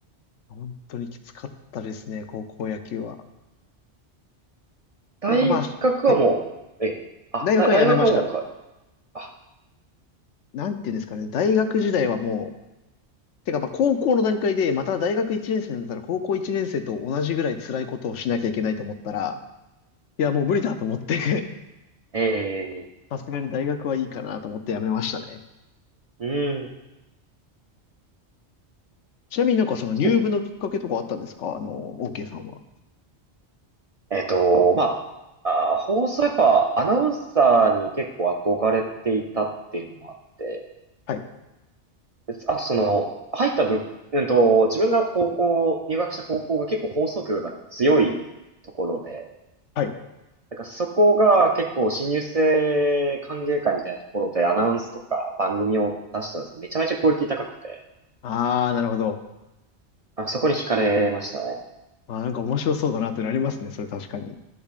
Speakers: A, on the left (about 85°); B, on the right (about 45°).
A: 本当にきつかったですね、高校野球は。
B: 大学はもう、
A: なんかまあ、はい。
B: え、あ、
A: 大学はやめました。
B: だ、大学はもうか、あ、
A: なんていうんですかね。大学時代はもてか、まあ、高校の段階で、また大学1年生になったら、高校1年生と同じぐらい辛いことをしなきゃいけないと思ったら、いや、もう無理だと思って
B: え
A: <laughs> さすがに大学はいいかなと思ってやめましたね。
B: ー、うーん、
A: ちなみになんかその入部のきっかけとかあったんですかあの、
B: ち
A: OK さんは。
B: えっと、まあ、あー、放送やっぱアナウンサーに結構憧れていたっていうのもあって、
A: はい。
B: であとその、入った部、うんと、自分が高校、入学した高校が結構放送局が強いところで、
A: はい。
B: なんかそこが結構新入生歓迎会みたいなところでアナウンスとか番組を出してたんですけど、めちゃめちゃクオリティ高くて、
A: ああ、なるほど。
B: あ、そこに惹かれましたね。
A: あー、なんか面白そうだなってなりますね。それ確かに。